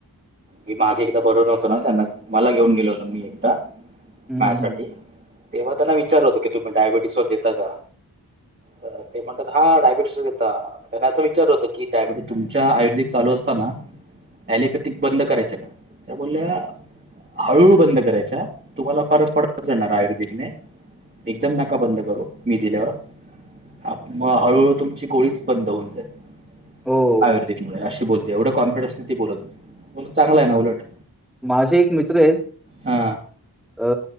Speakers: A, on the right (about 25°); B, in the centre.
A: मी मागे एकदा बरोर नव्हतो ना त्यांना मला घेऊन गेलो होत मी एकदा
B: हम्म
A: मायासाठी
B: हम्म हम्म
A: तेव्हा त्यांना विचार होत की तुम्ही डायबेटीसवर देता का तर ते म्हणतात हा डायबिटीसच येतता त्याना असा विचार होतं, की डायबिटीस तुमच्या आयुर्वेदिक चाल असताना लिपॅथिक बदल करायच का त्या बोलल्या. हळूहळू बंद करायच्या तुम्हाला फारक पडत जाणार आयुर्वेदिकने एकदम नका बंद करू मी दिल्यावर आप मग हळूहळू तुमची गोळीच बंद होऊन जाईल
B: हो
A: आयुर्वेदिक मुळे अशी बोलते. तेवढं कॉन्फिडन्स ती बोलतच नाही. बरं चांगला आहे ना उलट
B: माझे एक मित्र आहेत
A: हा.
B: अ